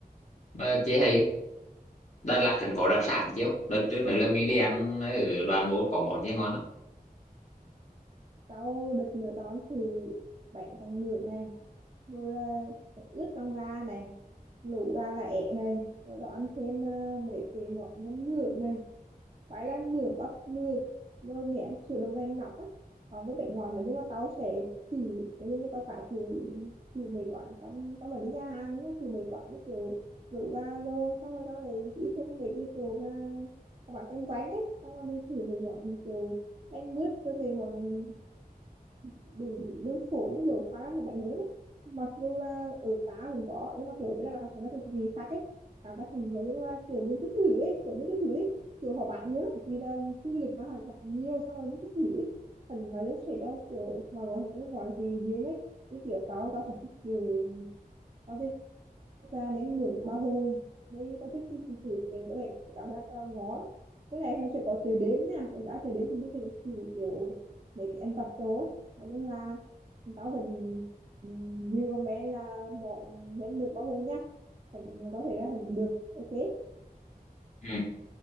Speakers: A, on the left; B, on the right.
A: mà chế thấy Đà Lạt hẳn có đặc sản chứ không? đợt trước nữa là mỹ đi ăn ở đoàn vô có món gì ngon lắm
B: sau đợt nửa đón thì bánh tráng ngược này rồi là bánh ướt lòng gà này lẩu gà lá é này rồi đó ăn thêm ờ, mấy cái món nhân ngược này Phải là ngưỡng bắp ngược rồi mẹ ăn sữa đậu nành nóng ấy còn với bệnh ngọt là nhưng mà tao sẽ thử nhưng mà tao cả thử thử mấy quán trong tao vẫn đi nhà hàng nhá, thử mấy quán như kiểu rượu gà rồi xong rồi tao lại đi thêm mấy cái kiểu mà các bạn quanh quán đấy xong rồi mình thử mấy món kiểu bánh mướt với mấy món đúng đúng phổ cái kiểu khóa năng của bạn lớn ấy. mặc dù là ở tá cũng có nhưng mà kiểu ở trên là học sinh nó kiểu gì khác ấy cảm giác hình nói chung là kiểu mình cứ thử ấy kiểu mình cứ thử ấy kiểu họ bạn nhớ lắm vì là khu du lịch mà họ bạn nhiều xong rồi mình cứ thử ấy thành nói chung sẽ cho kiểu ngoài gọi sẽ cho bên ngoài vì riêng ấy cái kiểu tao tao phải thích kiểu tao thì ra nếm nướng ba hôm mới có thích xin thử để có thể cảm giác ờ, ngon với lại em sẽ có chờ đếm nha đã chờ đếm thì mình sẽ được thử kiểu mấy cái ăn vặt đó ấy. nói chung là tao vẫn recommend là món nếm nướng ba hôm nha Hình- có thể là hình được ok
A: ừ.